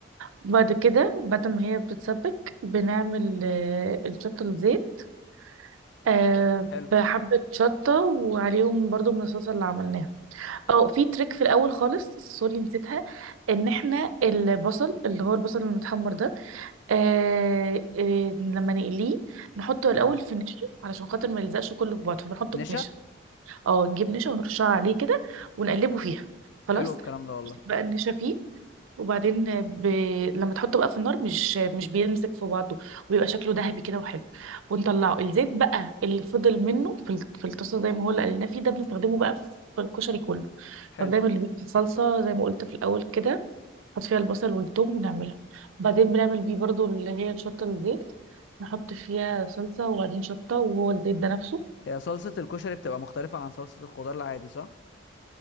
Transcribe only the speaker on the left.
حلو
تمام
نشا
حلو الكلام ده والله
حلو
هي صلصة الكشري بتبقى مختلفة عن صلصة الخضار العادي صح؟